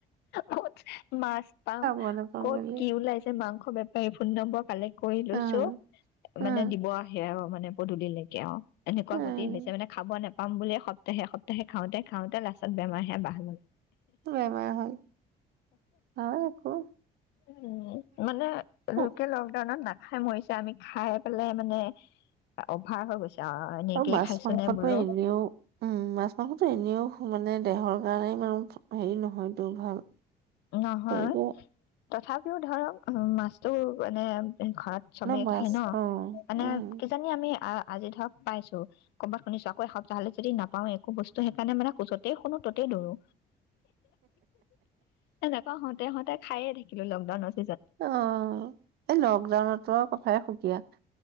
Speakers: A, on the left; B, on the right.
A: কত মাছ পাম
B: খাব নাপাওঁ
A: কত
B: বুলি
A: কি ওলাইছে মাংস খবে পি ফোন নম্বৰ কালেক্ট কৰি লৈছোঁ
B: অ', অ',
A: মানে দিব আহে আৰু মানে পদূলিৰ লেকে অ এনেকুৱা
B: অ',
A: গুটেই হৈছে মে খাব নেপ পাম বুলিয়ে সপ্তাহে সপ্তাহে খাওঁতে খাওঁতে লাষ্ট বেমাৰহে বাহ ললে
B: বেমাৰ হ'ল হয় তাহলে একো
A: উ মানে লোকে
B: ও,
A: লকডাউনত না খাই মৰিছে আমি খাই পেলাই মানে অভাৰ হৈ গৈছে। এনেকেই
B: আৰু মাছ
A: খাইছো
B: মাংসটো
A: নে বোলো
B: এনেও উম মাছ মাংসটো এনেও মানে দেহৰ কাৰণে ইমান হেৰি নহয়টো ভাল।
A: নহয়
B: গতিকে
A: তথাপিও ধৰক অহ, মাছটো এনে ঘৰত চবেই
B: ন মাছ
A: খাই ন,
B: অ',
A: মানে
B: উম,
A: কিজানি আমি আহ আজি ধৰক পাইছোঁ কৰবাত শুনিছোঁ আকৌ এসপ্তাহলে যদি নাপাওঁ একো বস্তু সেইকাৰণে মানে যতেই শুনো ততেই দৌৰো। তই হওঁতে হওঁতে খায়ে থাকি <unintelligible> লকডাউনত
B: অ'। এই লকডাউনতো আও কথাই সুকীয়া।